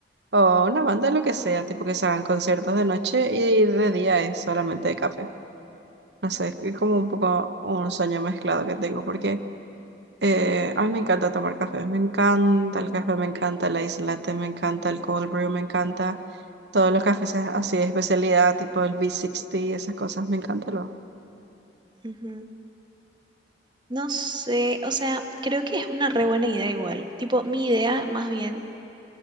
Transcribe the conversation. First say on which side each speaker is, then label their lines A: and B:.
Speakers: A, on the right; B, on the right.
A: O una banda, lo que sea, tipo que se hagan conciertos de noche y de día es solamente de café. No sé, es como un poco un sueño mezclado que tengo, porque eh, a mí me encanta tomar café. Me encanta el café, me encanta el ice latte, me encanta el cold brew, me encanta todos los cafés así de especialidad, tipo el V60, esas cosas, me encanta lo.
B: Ujú. No sé, o sea, creo que es una re buena idea igual. Tipo, mi idea más bien